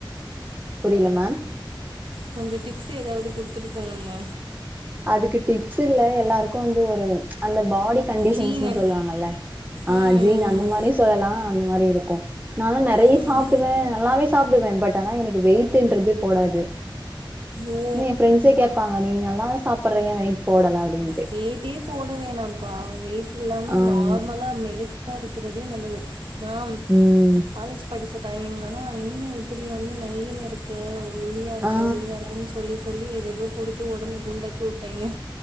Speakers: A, on the right (about 20°); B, on the right (about 85°).
A: புரில மேம்
B: கொஞ்சோ டிப்ஸ் எதாவது குடுத்துட்டு போங்கங்க
A: அதுக்கு டிப்ஸ் இல்ல எல்லாருக்கு வந்து ஒரு அந்த பாடி கண்டிஷன்ஸுன்
B: ஜீனு
A: சொல்லுவாங்கல்ல ஆ
B: ம்
A: ஜீன்
B: ம்
A: அந்த மாரி சொல்லலா அந்த மாரி இருக்கு நாலா நெறைய
B: ம் ம்
A: சாப்புடுவ நல்லாவே சாப்புடுவே பட் ஆனா எனக்கு வெய் ட்டுன்றது போடாது
B: ஓ
A: என் ஃபிரெண்ஸே கேப் பாங்க நீ நல்லாதா சாப்புட்ற ஏன் வெயிட போடல அப்டின்
B: வெயிட்டே போட வேணாப்பா வெயிட் இல்லாம
A: ஆம்
B: நார்மலா மெலிஸ் ஸா இருக்றதே நல்லது நா
A: ம்
B: காலேஜ் படிச்ச டைம்லலா என்ன இப்புடி வந்து நைன் இருக்கு ஒ ஒல்லியா இருக்க
A: ஆ
B: ஒல்லியா இருக்கன் சொல்லி சொல்லி எதேதோ குடுத்து ஒடம்பு குண்டாக்கி உட்டாய்ங்க